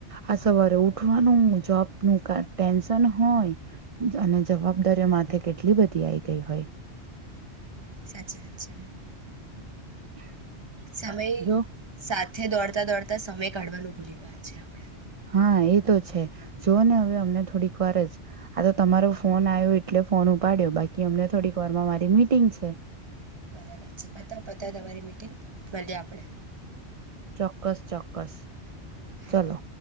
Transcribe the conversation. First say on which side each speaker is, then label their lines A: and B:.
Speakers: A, on the right; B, on the right.
A: આ સવારે ઉઠવાનું જોબનું ક ટેન્શન હોય અને જવાબદારીઓ માથે કેટલી બધી આઈ ગઈ હોય
B: સાચી વાત છે.
A: <unintelligible>
B: સમય
A: જો
B: સાત સાથે દોડતા દોડતા સમય કાઢવાનું ભૂલી ગયા છે આપણે
A: હા એ તો છે જોઓ ને હવે અમને થોડીક વાર જ આ તો તમારો ફોન આવ્યો એટલે ફોન ઉપાડ્યો બાકી અમને થોડીક વારમાં મારી મીટિંગ છે.
B: બરાબર છે પતાવપતાવ તમારી મીટિંગ મળ્યા આપડે
A: ચોક્કસ ચોક્કસ,
B: હા
A: ચલો